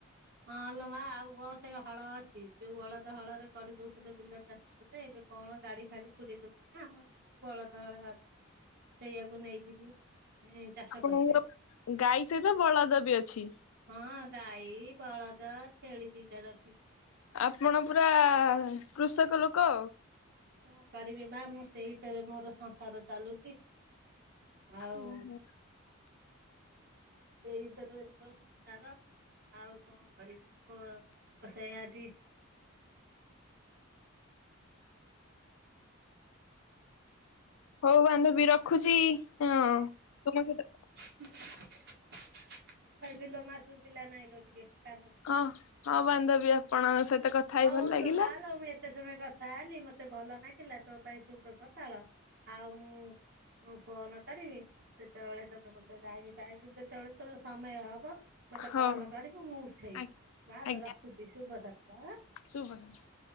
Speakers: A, on the right (about 50°); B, on the left (about 75°).
A: ହଁ ଲୋ ମା ଆଉ କଣ ସେ ହଳ ଅଛି। ଯୋଉ ବଳଦ ହଳରେ କରିଦଉଥିଲେ ବିଲା ଚାଷ ଏବେ କଣ ଗାଡି ଫାଡି ଫୁରି ଦଉଛନ୍ତି ଆମର କିନ୍ତୁ ବଳଦ ହଳେ ଅଛି। ସେଇଆକୁ ନେଇକି ବି ଚାଷ
B: ଆପଣଙ୍କର
A: ଇ କରିବେ।
B: ଗାଈ ସହିତ ବଳଦ ବି ଅଛି।
A: ହଁ ଗାଈ ବଳଦ ଛେଳି ଦିଟା ରଖିଛି।
B: ଆପଣ ପୁରା କୃଷକ ଲୋକ।
A: କଣ କରିବି ମା ମୁଁ ସେଇଥିରେ ମୋର ସଂସାର ଚାଲୁଛି। ଆଉ
B: ଉଁ ହୁଁ।
A: ସେଇ ଥିରେ ସଂସାର। ଆଉ କଣ କରିବି ମୋ ସେଆଟି
B: ହଉ ବାନ୍ଧବୀ ରଖୁଛି ହଁ ତୁମ ସହିତ
A: ହ କହିଲୁ ଲୋମାସୁ ପିଲା ନାଇଁଲ ଟିକେ କାନ
B: ହଁ ହଁ ବାନ୍ଧବୀ ଆପଣଙ୍କ ସହିତ କଥା ହେଇ
A: ହଉଲୋ
B: ଭଲ ଲାଗିଲା।
A: ମାଲୋ ମୁଁ ଏତେ ସମୟ କଥା ହେଲି ମତେ ଭଲ ନାଗିଲା। ତୋ ପାଇଁ ଶୁଭ ସକାଳ ଆଉ ମୁଁ ମୁଁ ଫୋନ କରିବି ସେତେବେଳେ ତ ମତେ ଯାଇବିି ଯେତେବେଳେ ତୋର ସମୟ ହବ। ମତେ
B: ହଉ
A: କଲ କରିବୁ ମୁଁ ଉଠେଇବି
B: ଆଜ୍ଞା
A: ମାଲୋ
B: ଆଜ୍ଞା
A: ରଖୁଛି ଶୁଭ ସକାଳ ଆଁ।
B: ଶୁଭ ସକାଳ।